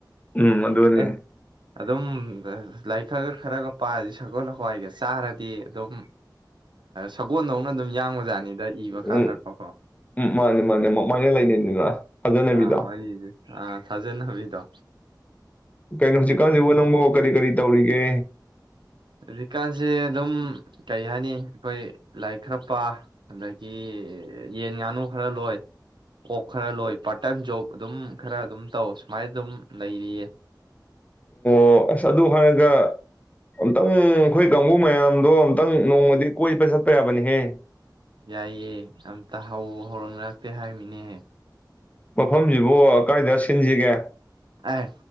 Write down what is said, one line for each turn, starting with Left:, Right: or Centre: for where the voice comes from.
Left: ꯎꯝ ꯑꯗꯨꯅꯤ
Right: ꯑꯦ ꯑꯗꯨꯝ ꯂꯥꯏꯔꯤꯛ ꯈꯔꯒ ꯈꯔꯒ ꯄꯥꯔꯗꯤ ꯁꯒꯣꯜ ꯍꯋꯥꯏꯒ ꯆꯥꯔꯗꯤ ꯑꯗꯨꯝ ꯁꯒꯣꯜꯗꯧꯅ ꯑꯗꯨꯝ ꯌꯥꯡꯕꯖꯥꯠꯅꯤ ꯗ ꯏꯕ ꯀꯥꯟꯗꯀꯣ
Left: ꯎꯝ ꯎꯝ ꯃꯥꯅꯦ ꯃꯥꯅꯦ ꯑꯃꯥꯏꯅ ꯂꯩꯅꯩꯗꯅ ꯊꯥꯖꯅꯕꯤꯗꯣ
Right: ꯑꯥ ꯋꯥꯔꯤꯁꯦ ꯑꯥ ꯊꯥꯖꯅꯕꯤꯗꯣ
Left: ꯀꯩꯅꯣ ꯍꯩꯖꯤꯛꯀꯥꯟꯁꯤꯕꯨ ꯅꯪꯕꯣ ꯀꯔꯤ ꯀꯔꯤ ꯇꯧꯔꯤꯒꯦ
Right: ꯍꯧꯖꯤꯛꯀꯥꯟꯁꯦ ꯑꯗꯨꯝ ꯀꯔꯤ ꯍꯥꯏꯅꯤ ꯑꯩꯈꯣꯏ ꯂꯥꯏꯔꯤꯛ ꯈꯔ ꯄꯥ ꯑꯗꯒꯤ ꯌꯦꯟ ꯉꯥꯅꯨ ꯈꯔ ꯂꯣꯏ ꯑꯣꯛ ꯈꯔ ꯂꯣꯏ ꯄꯥꯔꯠ ꯇꯥꯏꯝ ꯖꯣꯕ ꯑꯗꯨꯝ ꯈꯔ ꯑꯗꯨꯝ ꯇꯧ ꯁꯨꯃꯥꯏꯅ ꯑꯗꯨꯝ ꯂꯩꯔꯤꯌꯦ
Left: ꯑꯣ ꯑꯁ ꯑꯗꯨ ꯍꯥꯏꯔꯒ ꯑꯝꯇꯪ ꯑꯩꯈꯣꯏ ꯀꯥꯡꯕꯨ ꯃꯌꯥꯝꯗꯣ ꯑꯝꯇꯪ ꯅꯣꯡꯃꯗꯤ ꯀꯣꯏꯕ ꯆꯠꯄ ꯌꯥꯕꯅꯤꯍꯦ
Right: ꯌꯥꯏꯌꯦ ꯑꯝꯇ ꯍꯧꯕꯨ ꯍꯧꯔꯛꯅꯔꯛꯇꯦ ꯍꯥꯏꯔꯃꯤꯅꯦꯍꯦ
Left: ꯃꯐꯝꯁꯤꯕꯨ ꯀꯥꯏꯗ ꯁꯤꯟꯖꯤꯒꯦ
Right: ꯑꯦ